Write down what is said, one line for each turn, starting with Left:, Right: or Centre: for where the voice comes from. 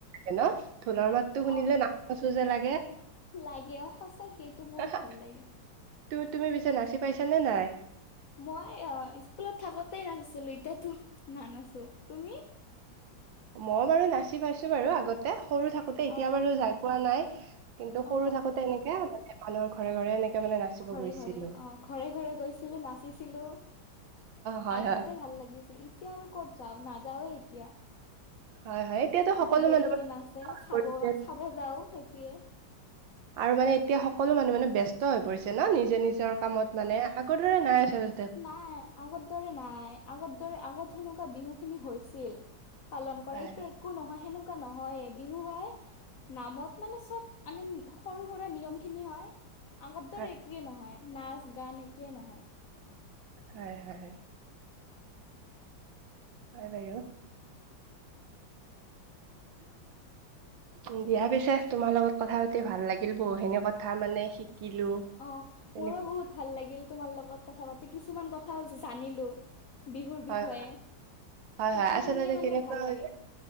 Right: হেন ঢোলৰ মাত। টো শুনিলে
Left: অ
Right: নাচো নচো যে লাগে
Left: লাগে অ সঁচাকে এইটো বহুত
Right: হা হা।
Left: ভাল লাগে
Right: তুমি তুমি পিছে নাচি পাইছানে নাই।
Left: মই অ স্কুলত থাকোতেই নাচিছিলো এতিয়াতো নানাচো তুমি।
Right: মই বাৰু নাচি পাইছো বাৰু আগতে সৰু থাকোতে
Left: অ
Right: এতিয়া বাৰু যাই পোৱা নাই। কিন্তু
Left: অ
Right: সৰু হৈ থাকোতে এনেকে মানে মানুহৰ ঘৰে ঘৰে এনেকে মানে নাচিব
Left: ঘৰে
Right: গৈছিলো।
Left: ঘৰে অ ঘৰে ঘৰে গৈছিলো নাচিছিলো
Right: হয়
Left: আগতে
Right: হয়
Left: ভাল লাগিছিল ইতি। এতিয়ানো ক'ত যাও নাযাওেই এতিয়া
Right: হয় হয় এতিয়াতো সকলো
Left: এতিয়া বেলেগে
Right: মানুহ মানে ব্যস্ত
Left: নাচ। যে
Right: হৈ
Left: চাব
Right: পৰিছে।
Left: চাব যাওঁ সেইটোৱে।
Right: আৰু মানে এতিয়া সকলো মানুহ মানে ব্যস্ত হৈ পৰিছে ন নিজে নিজৰ কামত মানে আগৰ দৰে নাই আচল।
Left: নাই আগৰ দৰে নাই আগৰ দৰে আগত সেনেকুৱা বিহু খিনি হৈছিল। পালন কৰা
Right: হয়
Left: এতিয়া
Right: হয়
Left: একো নহয় সেনেকুৱা নহয়ে বিহু হয় নামত মানে চব। মানে সৰু সুৰা নিয়ম খিনি হয় আগত
Right: হয়
Left: দৰে একোৱে নহয়। নাচ গান একোৱে নহয়।
Right: হয় হয়। হয় বাৰু। <unintelligible> দিয়া পিছে তোমাৰ লগত কথা পাতি ভাল লাগিল বহুখিনি কথা মানে শিকিলো।
Left: অ
Right: তেনেকুৱা
Left: মোৰো বহুত ভাল লাগিল তোমাৰ লগত কথা পাতি কিছুমান কথাও জানিলো। বিহুৰ
Right: হয়
Left: বিষয়ে সেইটো
Right: হয় হয় আচলতে
Left: শুনিয়ে মানে
Right: কেনেকুৱা
Left: ভাল
Right: হয়
Left: লাগে।